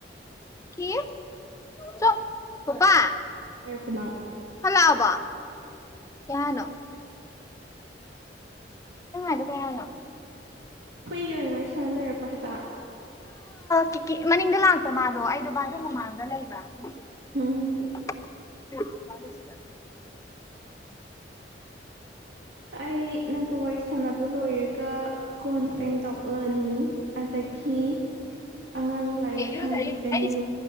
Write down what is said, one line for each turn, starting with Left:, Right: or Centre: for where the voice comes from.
Left: ꯀ ꯆ ꯆꯣ ꯀꯥꯀꯥ
Right: ꯂꯩꯔꯕꯣ ꯅꯪ
Left: ꯍꯜꯂꯛꯑꯕꯣ ꯀꯩ ꯍꯥꯏꯅꯣ ꯎꯝ ꯍꯥꯏꯗꯤ ꯀꯩ ꯍꯥꯏꯅꯣ
Right: ꯍꯨꯏꯒ ꯑꯣꯏꯅ ꯋꯥꯔꯤ ꯁꯥꯟꯅ ꯂꯩꯔꯕ꯭ꯔꯣ ꯍꯥꯏꯕ
Left: ꯇꯤꯀꯤ ꯃꯅꯤꯡꯗ ꯂꯥꯛꯄ ꯃꯥꯗꯣ ꯑꯩꯗꯣ ꯕꯥꯠꯔꯨꯝ ꯃꯃꯥꯡꯗ ꯂꯩꯕ ꯑꯗꯨꯗꯤ
Right: ꯍꯝ
Left: <unintelligible>
Right: ꯑꯩ ꯅꯪꯒ ꯋꯥꯔꯤ ꯁꯥꯟꯅꯕ ꯂꯣꯏꯔꯒ ꯀꯣꯟ ꯐꯦꯡꯗꯣꯛꯂꯅꯤ ꯑꯗꯒꯤ ꯑꯉꯥꯡ ꯂꯥꯏꯔꯤꯛ
Left: ꯑꯦ ꯏꯔꯨꯖꯔꯤ
Right: ꯍꯪꯕꯤꯒꯅꯤ
Left: ꯑꯩ